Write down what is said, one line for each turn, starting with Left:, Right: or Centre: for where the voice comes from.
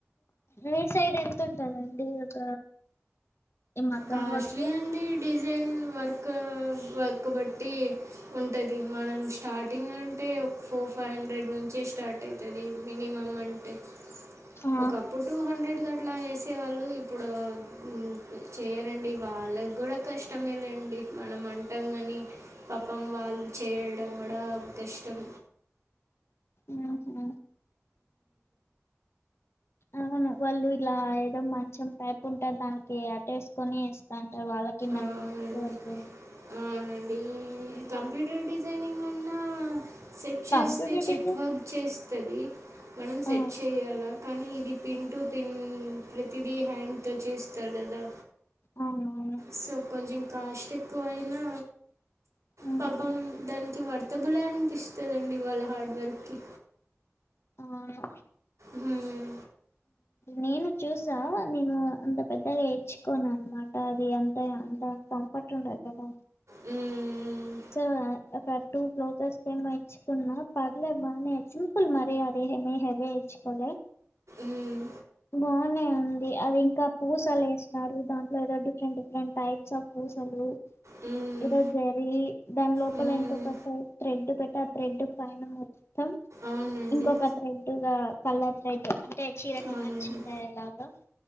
Left: మీ సైడ్ ఎంతుంటదండి ఒక ఈ మగ్గం
Right: కాస్ట్లీ
Left: వర్క్
Right: అండి డిజైన్ వర్క్ వర్క్ బట్టి ఉంటది మనం స్టార్టింగ్ అంటే ఒక ఫోర్ ఫైవ్ హండ్రెడ్ నుంచే స్టార్ట్ అయి తది మీనిమమ్ అంటే
Left: ఆ
Right: ఒకప్పుడు టూ హండ్రెడ్ కట్లా వేసేవాళ్ళు ఇప్పుడు మ్ మ్ చేయరండి వాళ్ళకి కూడా కష్టమే లేండి మనం అంటాం కాని పాపం వాళ్ళు చేయలడం కూడా కష్టం
Left: మ్ హు అవును వాళ్ళు ఇలా ఏదో మంచం పైప్ ఉంటే దానికి అటేసుకోని దాంట్ల వాళ్ళకి నడుము
Right: అవునండి
Left: నొప్పి వచ్చేది
Right: అవునండి ఈ కంప్యూటర్ డిజైనింగన్నా సెట్ చేస్తే
Left: కంప్యూటర్
Right: చిప్
Left: డిజైన్
Right: వర్క్ చేస్తది మనం సెట్
Left: ఆ
Right: చేయాలా కానీ ఇది పిన్ టు పిన్ ప్రతిదీ హ్యాంగ్తో చేస్తారు కదా
Left: అవునవును
Right: సో కొంచెం కాస్ట్ ఎక్కువయినా
Left: ఉమ్,
Right: పాపం దానికి వర్త బులే అనిపిస్తదండి వాళ్ళ హార్డ్ వర్క్ కి
Left: ఆవును
Right: మ్మ్.
Left: నేను చూసా నేను అంత పెద్దగా ఏఇంచుకోనన్నమాట అది అంత అంత కం ఫట్ ఉండదు కదా
Right: మ్మ్మ్మ్మ్
Left: సో ఒక టూ బ్లౌజెస్స్ కేమో ఇచ్ చ్చుకున్న పర్లే బానే సింపుల్ మరి అది ఏమీ హెవేఇంచుకొలే
Right: మ్మ్.
Left: బానే ఉంది అది ఇంకా పూసలు ఎస్తారు దాంట్లో ఏదో డిఫరెంట్ డిఫరెంట్ టైప్స్ ఆఫ్ పుసలు
Right: మ్మ్.
Left: ఏదో సరి దాని లోపల
Right: మ్మ్.
Left: ఇంకొక థ్రెడ్ పెట్టి ఆ థ్రెడ్ పైన మొత్తం
Right: అవునండి
Left: ఇంకొక థ్రెడ్ గా కలర్ థ్రెడ్ అంటే <unintelligible>
Right: అవునండి